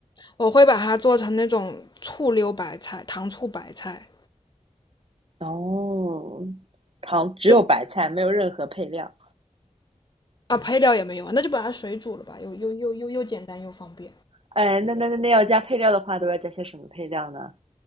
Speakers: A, on the left; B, on the right.
A: 我会把它做成那种醋溜白菜、糖醋白菜，
B: 哦，糖只有白菜，
A: 就
B: 没有任何配料。
A: 啊配料也没有啊，那就把它水煮了吧，又又又又又简单又方便。
B: 哎，那那那那要加配料的话，都要加些什么配料呢？